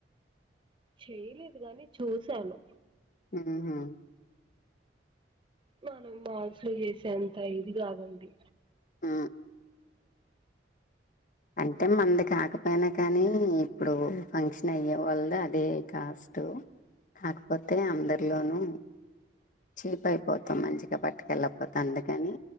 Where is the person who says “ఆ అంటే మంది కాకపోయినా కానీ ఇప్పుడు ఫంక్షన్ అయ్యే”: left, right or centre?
Left